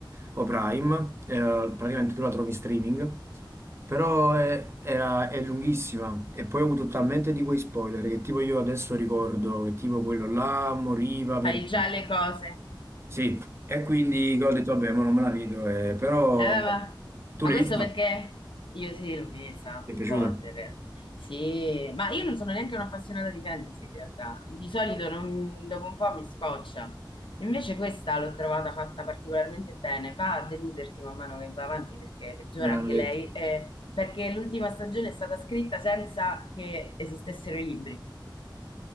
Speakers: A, on the right; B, on the left.
A: o Prime, Eh, praticamente tu la trovi in streaming, però è, era- è lunghissima e poi ho avuto talmente di quei spoiler che tipo io adesso ricordo che tipo quello là moriva per...
B: fai già le cose.
A: Sì, e quindi ho detto vabbè, ma non me la vedo, eh, però
B: Eh, ma,
A: tu
B: ma
A: l'hai
B: questo
A: vista?
B: perché io sì, l'ho vista
A: Ti
B: più
A: è piaciuta?
B: volte. in realtà. Sì, ma io non sono neanche un'appassionata di fantasy in realtà. Di solito non- dopo un po' mi scoccia. Invece questa l'ho trovata fatta particolarmente bene. Va a deluderti man mano che va avanti perché peggiora
A: Me l'hanno
B: anche
A: detto.
B: lei, eh, perché l'ultima stagione è stata scritta senza che esistessero i libri.